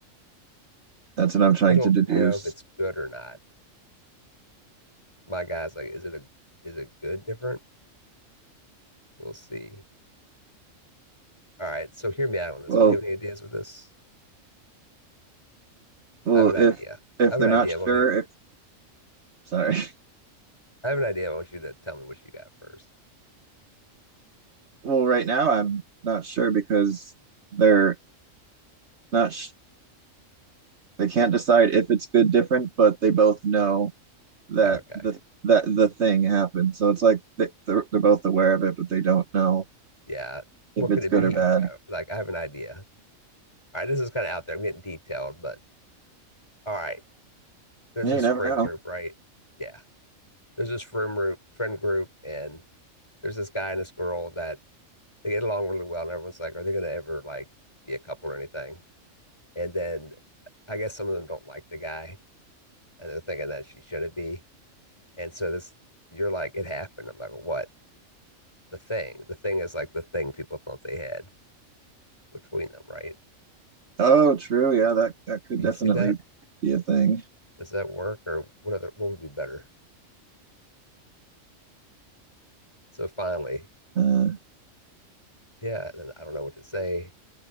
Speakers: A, on the right; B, on the left.
A: That's what I'm trying
B: They don't
A: to deduce.
B: know if it's good or not. My guy's like, is it a is it good different? We'll see. All right. So hear me out on this
A: Well,
B: one. Do you have any ideas with this?
A: well,
B: I have an idea.
A: if if
B: I have
A: they're
B: an idea.
A: not sure
B: I want you.
A: Sorry. <laughs>
B: I have an idea. I want you to tell me what you got first.
A: Well, right now I'm not sure because they're not sh they can't decide if it's good different, but they both know that
B: Okay.
A: the that the thing happened. So it's like they, they're they're both aware of it, but they don't know
B: Yeah. What
A: if it's
B: could it
A: good
B: be
A: or bad.
B: though? Like I have an idea. All right, this is kind of out there. I'm getting detailed, but all right. There's
A: Yeah,
B: this
A: You never
B: friend
A: know.
B: group, right? Yeah. There's this friend group, friend group, and there's this guy and this girl that they get along really well, and everyone's like, are they gonna ever like be a couple or anything? And then I guess some of them don't like the guy, and they're thinking that she shouldn't be. And so this, you're like, it happened. I'm like, what? The thing. The thing is like the thing people thought they had between them, right?
A: Oh, true. Yeah, that that could
B: Do you
A: definitely
B: see that?
A: be a thing.
B: does that work or what other what would be better? So finally,
A: Uh,
B: yeah, then I don't know what to say.